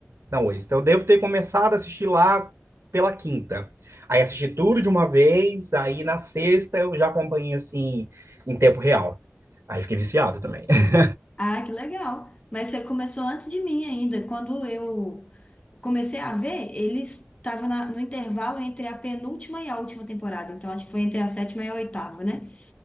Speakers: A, on the right (about 70°); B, on the left (about 25°).
A: São oito. Então, eu devo ter começado a assistir lá pela quinta. Aí assisti tudo de uma vez, aí na sexta eu já acompanhei assim em tempo real. Aí fiquei viciado também. <laughs>
B: Ah, que legal. Mas você começou antes de mim ainda. Quando eu comecei a ver, eles estavam no intervalo entre a penúltima e a última temporada. Então, acho que foi entre a sétima e a oitava, né?